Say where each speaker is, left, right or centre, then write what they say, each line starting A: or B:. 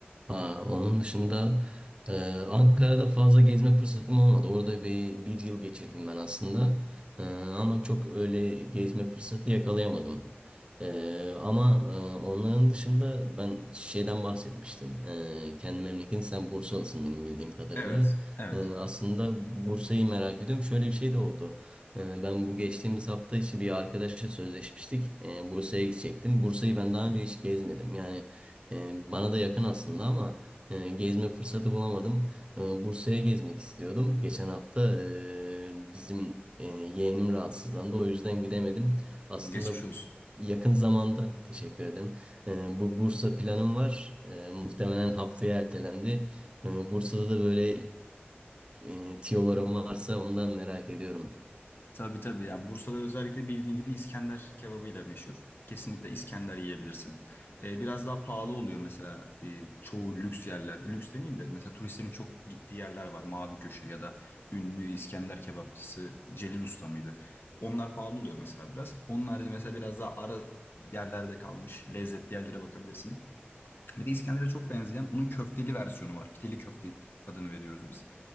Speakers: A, on the right; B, on the left.
A: Aa, onun dışında e, Ankara'da fazla gezme fırsatım olmadı. Orada bir, bir yıl geçirdim ben aslında. Ee, ama çok öyle gezme fırsatı yakalayamadım. Ee, ama e, onların dışında ben şeyden bahsetmiştin. Ee, kendi memleketin sen Bursalısın benim bildiğim kadarıyla.
B: Evet, evet.
A: Ee, Aslında Bursa'yı merak ediyorum. Şöyle bir şey de oldu. Ee, Ben bu geçtiğimiz hafta içi bir arkadaşla sözleşmiştik. Ee, Bursa'ya gidecektim. Bursa'yı ben daha önce hiç gezmedim. Yani e, bana da yakın aslında ama e, gezme fırsatı bulamadım. Ee, Bursa'ya gezmek istiyordum. Geçen hafta e, bizim e, yeğenim rahatsızlandı. O yüzden gidemedim. Aslında
B: Geçmiş olsun.
A: yakın zamanda teşekkür ederim. Ee, Bu Bursa planım var. Ee, Muhtemelen haftaya ertelendi. Ee, Bursa'da da böyle e, tiyolarım varsa ondan merak ediyorum.
B: Tabii tabii yani Bursa'da özellikle bildiğin gibi İskender kebabıyla meşhur. Kesinlikle İskender yiyebilirsin. Ee, biraz daha pahalı oluyor mesela e, çoğu lüks yerler. Lüks demeyeyim de mesela turistlerin çok gittiği yerler var. Mavi Köşe ya da ünlü İskender kebapçısı Celil Usta mıydı? Onlar pahalı oluyor mesela biraz. Onun harici mesela biraz daha ara yerlerde kalmış lezzetli yerlere bakabilirsin. Bir de İskender'e çok benzeyen onun köfteli versiyonu var. Pideli köfte adını veriyoruz biz.